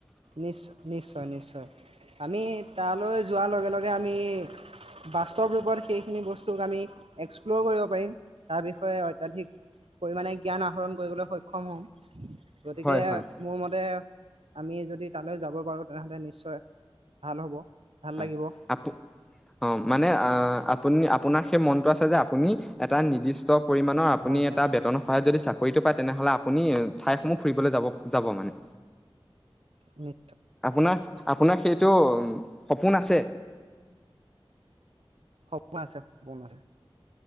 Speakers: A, on the right (about 85°); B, in the centre.
A: নিশ্চয়-নিশ্চয়-নিশ্চয় <unintelligible> আমি তালৈ যোৱাৰ লগে-লগে আমি <unintelligible> বাস্তৱ ৰূপত সেইখিনি বস্তুক আমি এক্সপ্ল'ৰ কৰিব পাৰিম। তাৰ বিষয়ে অত্যাধিক পৰিমাণে জ্ঞান আহৰণ কৰিবলৈ সক্ষম হম। গতিকে
B: হয় হয়।
A: মোৰ মতে আমিজত যদি তালৈ যাব পাৰো তেনেহলে নিশ্চয়, ভাল হ'ব। ভাল
B: <unintelligible>
A: লাগিব
B: আ অ মানে আপুনি-আপোনাৰ সেই মনটো আছে যে আপুনি এটা নিৰ্দিষ্ট পৰিমাণৰ আপুনি
A: হয় হয়
B: এটা বেটন সহায় যদি চাকৰিটো প তেনেহ'লে আপুনি ঠাইসমূহ ফুৰিবলৈ যাব যাব মানে
A: উম
B: আপোনাৰ আপোনাৰ সেইটো সপোন আছে
A: সপোন আছে সপোন আছে